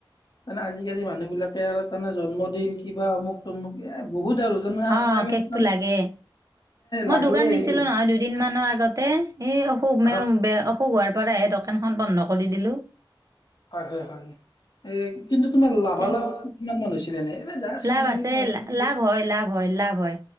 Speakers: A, on the left; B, on the right.
A: মানে আজিকালি মানুহ বিলাকে আৰু তানে জন্মদিন কিবা অমুক তমুক বহুত আৰু তাৰমানে
B: অঁ কেকটো লাগে মই
A: লাগে
B: দোকান দিছিলোঁ
A: সেইটো
B: নহয় দুদিনমানৰ আগতে এই অসু
A: অহ,
B: মে বেয়া শু হোৱাৰ পৰাহে দোকানখন বন্ধ কৰি দিলোঁ
A: হয় হয় হয়, এ, কিন্তু তোমাৰ লাভালাভ
B: এতিয়া
A: কিমান মান হৈছে?
B: লাভ আছে লা- লাভ
A: <inaudible>
B: হয়, লাভ হয় লাভ হয়